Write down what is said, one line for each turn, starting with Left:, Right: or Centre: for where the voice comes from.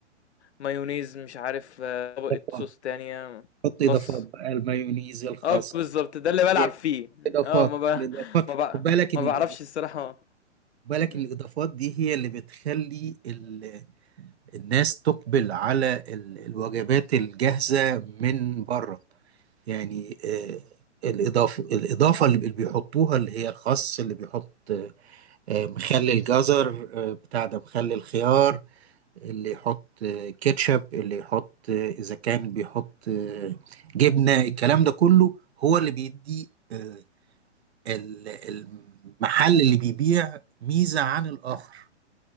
Left: مايونيز، مش عارف آه، طبقة
Right: إضافات
Left: صوص تانية،
Right: حط
Left: خس،
Right: إضافات بقى المايونيز الخس
Left: آه بالضبط، ده اللي بالعب
Right: جايب
Left: فيه،
Right: إضافات
Left: آه ما ب
Right: الإضافات
Left: ما ب
Right: خد بالك إن
Left: ما
Right: الإضافات
Left: باعرفش الصراحة
Right: خد بالك
Left: إمم،
Right: إن الإضافات دي هي اللي بتخلي ال... الناس تقبل على ال... الوجبات الجاهزة من بره يعني آه، الإضافة الإضافة اللي بيحطوها اللي هي الخس اللي بيحط آه، مخلل جزر آه، بتاع ده مخلل خيار اللي يحط كاتشب اللي يحط اذا كان بيحط جبنه الكلام ده كله هو اللي بيدي آه، ال- المحل اللي بيبيع ميزه عن الاخر